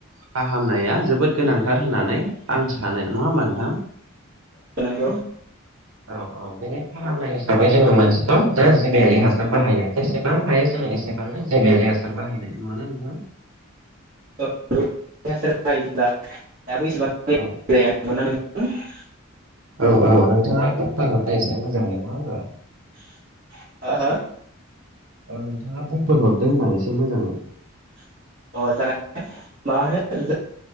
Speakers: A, on the right (about 80°); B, on the right (about 40°).
A: फाहामनाया जोबोद गोनांथार होननानै आं सानो नङा होमबा नोंथां
B: नंगौ
A: औ औ बेनि फाहामनाय हिसाबै जोङो मोनसेल' दा जिबियारि हासार बाहायनो जेसेबां हायो जों एसेबांनो जेबियारि हासार बाहायनाय नङाना नोंथां
B: औ <inaudible>
A: औ औ औ नोंथाङा फोरमायहरदो इसे मोजाङै नङा होमबा
B: <inaudible>
A: औ नोंथाङा बुंफोर हरदो होनदों आं एसे मोजाङै
B: <inaudible>